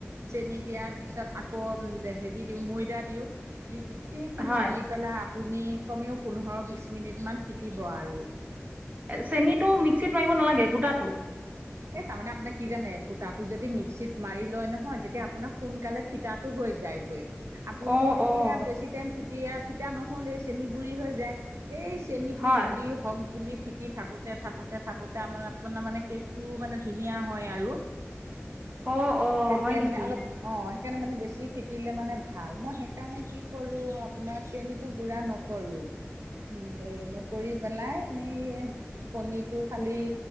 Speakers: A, on the right; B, on the right.
A: চেনি দিয়াৰ পিছত আকৌ <inaudible> উম! হেৰি দিওঁ ময়দা দিওঁ দি গোটেইখিনি
B: হয়
A: দি পেলাই <unintelligible> আপুনি কমেও পোন্ধৰ-বিছ মিনিটমান ফিকিব আৰু। <inaudible>
B: চেনীটো মিক্সিত মাৰিব নালাগে গোটাটো। <inaudible>
A: এ তাৰমানে আপোনাক কি জানে গুটাটো যদি মিক্সিত মাৰি লয় নহয় তেতিয়া আপোনাৰ সোনকালে ফিতাত <inaudible> হৈ যায় গৈ। আপুনি
B: অঁ
A: তেতিয়া
B: অঁ
A: বেছি টাইম ফিটিয়া ফিটা নহ'লেই <inaudible> চেনী গুৰি হৈ যায়। এই চেনীটো
B: হয়
A: গুৰি <inaudible> হওক বুলি ফিটি থাকোঁতে-থাকোঁতে-থাকোঁতে আমাৰ আপোনাৰ মানে কি <inaudible> টো মানে ধুনীয়া হয় আৰু।
B: অঁ অঁ
A: তেতিয়া
B: হয় নেকি
A: মানে অলপ <unintelligible> অঁ! সেইকাৰণে মানে বেছি ফিটিলে মানে ভাল। মই সেইকাৰণে কি কৰোঁ <inaudible> আপোনাৰ চেনিটো গুড়া নকৰোঁ। <inaudible> <inaudible> নকৰি পেলাই এনেই কণীটো খালী